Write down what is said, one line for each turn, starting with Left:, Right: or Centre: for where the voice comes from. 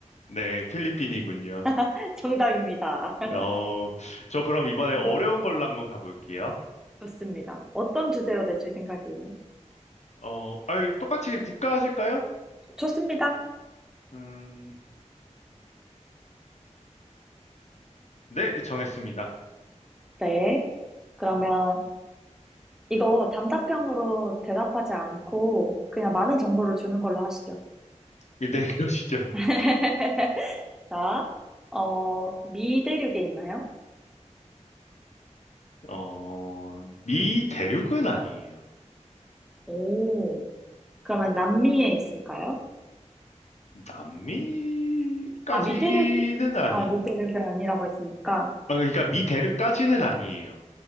Left: 네, 필리핀이군요.
Centre: <laughs> 정답입니다. <laughs>
Left: 어, 저 그럼 이번에
Centre: 음,
Left: 어려운 걸로 한번 가볼게요.
Centre: 좋습니다. 어떤 주제로 내실 생각이에요?
Left: 어, 아 똑같이 국가 하실까요?
Centre: 좋습니다.
Left: 음, 네, 정했습니다.
Centre: 네. 그러면 이거 단답형으로 대답하지 않고 그냥 많은 정보를 주는 걸로 하시죠.
Left: 네, <laughs> 그러시죠.
Centre: <laughs> 자, 어, 미 대륙에 있나요?
Left: 어, 미 대륙은 아니에요.
Centre: 오, 그러면 남미에 있을까요?
Left: 남미까지는
Centre: 아, 미대륙이,
Left: 아니에요.
Centre: 아, 미대륙이 아니라고 했으니까,
Left: 아, 그러니까 미 대륙까지는 아니에요.